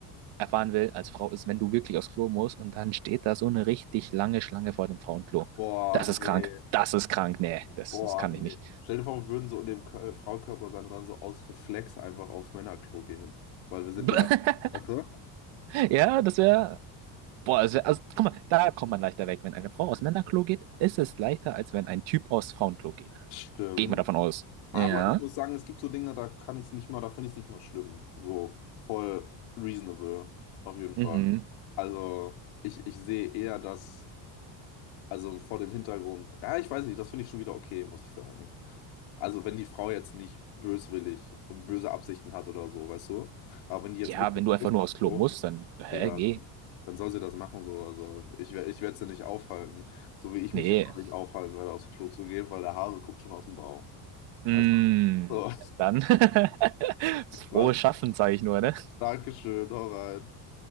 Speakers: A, on the right; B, on the left.
A: erfahren will als Frau, ist, wenn du wirklich aufs Klo musst und dann steht da so eine richtig lange Schlange vor dem Frauenklo.
B: <laughs> Boah,
A: Das
B: nee,
A: ist krank. Das ist krank. Nee, das,
B: boah,
A: das kann
B: nee.
A: ich nicht.
B: Stell dir vor, wir würden so in dem Kö- äh, Fraukörper sein und dann so aus Reflex einfach aufs Männerklo gehen. Weil wir sind
A: <laughs>
B: ja. Weißt du?
A: Ja, das wäre. Boah, das wär, also guck mal, da kommt man leichter weg. Wenn eine Frau aus Männerklo geht, ist es leichter, als wenn ein Typ aus Frauenklo geht.
B: Stimmt.
A: Gehe ich mal davon aus.
B: Aber
A: Ja.
B: ich muss sagen, es gibt so Dinge, da kann ich es nicht mal, da finde ich es nicht mehr schlimm. So, voll reasonable, auf jeden Fall.
A: Mhm.
B: Also, ich, ich sehe eher, dass. Also vor dem Hintergrund. Ja, ich weiß nicht, das finde ich schon wieder okay, muss ich sagen. Also wenn die Frau jetzt nicht böswillig und böse Absichten hat oder so, weißt du? Aber wenn die jetzt
A: Ja,
B: wirklich
A: wenn du
B: bewusst
A: einfach nur aufs Klo
B: so,
A: musst, dann, hä,
B: ja,
A: geh.
B: dann, dann soll sie das machen so. Also ich, wer- ich werde sie nicht aufhalten. So wie ich mich
A: Nee.
B: jetzt auch nicht aufhalten werde, aufs Klo zu gehen, weil der Hase guckt schon aus dem Bauch.
A: Mm,
B: Weißt du? So. <laughs>
A: dann, <laughs> frohes
B: Was?
A: Schaffen, sage ich nur, ne?
B: Dankeschön, hau rein.